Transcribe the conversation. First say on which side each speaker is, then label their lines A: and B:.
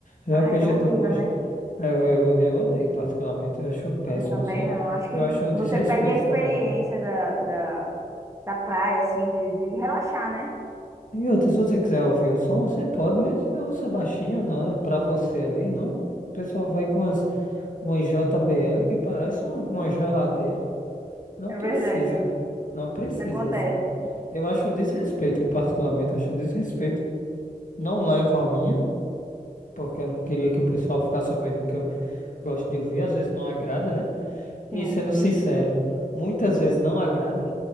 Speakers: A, on the left; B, on the right.
A: Já
B: Ai,
A: que a gente
B: é horrível,
A: não gosta.
B: né?
A: É, Eu, eu, eu odeio particularmente, eu acho péssimo
B: Eu também
A: assim.
B: não. Acho que
A: Eu acho um
B: você
A: desrespeito
B: perde a experiência
A: também.
B: da, da, da praia, assim, de, de relaxar, né?
A: E outra, se você quiser ouvir um som, você pode, mas ouça baixinho, não, é pra você ali, não. O pessoal vai com umas, uma JBL que parece um- uma geladeira. Não
B: É
A: precisa,
B: verdade, viu?
A: pô. Não precisa,
B: Acontece.
A: assim. Eu acho um desrespeito, eu particularmente acho um desrespeito. Não levo a minha, porque eu não queria que o pessoal ficasse ouvindo o que eu gosto de ouvir, às vezes não agrada, né? E
B: Sim.
A: sendo sincero, muitas vezes não agrada,